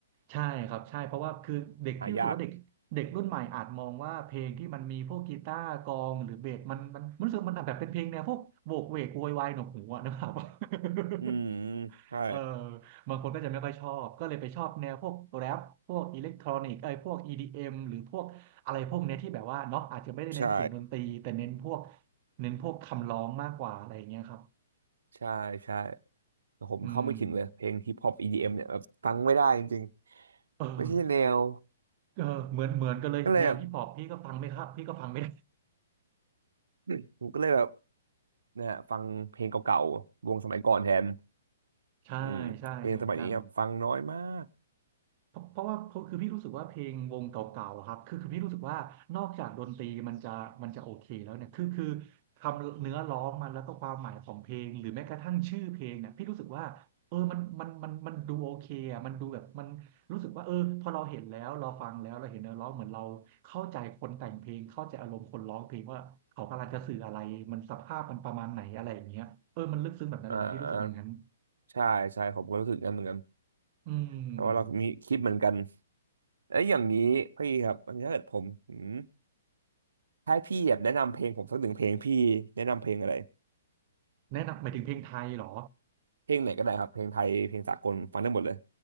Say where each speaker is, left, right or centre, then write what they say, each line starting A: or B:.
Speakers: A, on the right; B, on the right.
A: ใช่ครับใช่เพราะว่าคือเด็กพี่รู้สึกว่าเด็กเด็กรุ่นใหม่อาจมองว่าเพลงที่มันมีพวกกีตาร์กลองหรือเบสมันมันมันรู้สึกมันแบบเป็นเพลงแนวพวกโหวกเวกโวยวายหนวกหูอะนะครับ
B: หายาก
A: <laughs>
B: อืมใช่
A: เออบางคนก็จะไม่ค่อยชอบก็เลยไปชอบแนวพวกแรปพวกอิเล็กทรอนิกส์ไอ้ยพวกอดีเอ็มหรือพวกอะไรพวกเนี้ยที่แบบว่าเนาะอาจจะไม่ได้เน้นเสียงดนตรีแต่เน้นพวก
B: ใช่
A: เน้นพวกคำร้องมากกว่าอะไรอย่างเงี้ยครับ
B: ใช่ใช่แต่ผมเข้าไม่ถึงเลยเพลงฮิปฮอป
A: อืม
B: EDM เอ็มเนี่ยแบบฟังไม่ได้จริงๆไม่ใช่แนว
A: เออเออเหมือนเหมือนกันเลยแนวฮิปฮอปพี่ก็ฟังไม่ครับพี่ก็ฟังไม่
B: ก็เลยแบบ <clears throat> ผมก็เลยแบบนะฮะฟังเพลงเก่าๆวงสมัยก่อนแทน
A: ใช่ใช่เหมือนกัน
B: อืมเพลงสมัยนี้ครับฟังน้อยมาก
A: เพราะเพราะว่าเพราะคือพี่รู้สึกว่าเพลงวงเก่าๆอะครับคือคือพี่รู้สึกว่านอกจากดนตรีมันจะมันจะโอเคแล้วเนี่ยคือคือคำเนื้อร้องมันแล้วก็ความหมายของเพลงหรือแม้กระทั่งชื่อเพลงเนี่ยพี่รู้สึกว่าเออมันมันมันมันดูโอเคอ่ะมันดูแบบมันรู้สึกว่าเออพอเราเห็นแล้วเราฟังแล้วเราเห็นเนื้อร้องเหมือนเราเข้าใจคนแต่งเพลงเข้าใจอารมณ์คนร้องเพลงว่าเขากำลังจะสื่ออะไรมันสภาพมันประมาณไหนอะไรอย่างเงี้ยเออมันลึกซึ้งแบบนั้นเลยนะพี่รู้สึกอย่างนั้น
B: อ่าใช่ใช่ผมก็รู้สึกงั้นเหมือนกัน
A: อืม
B: เพราะว่าเรามีคิดเหมือนกันแล้วอย่างนี้พี่ครับอันนี้ถ้าเกิดผมอืมถ้าให้พี่แบบแนะนำเพลงผมสักหนึ่งเพลงพี่แนะนำเพลงอะไร
A: แนะนำหมายถึงเพลงไทยเหรอ
B: เพลงไหนก็ได้ครับเพลงไทยเพลงสากลฟังได้หมดเลย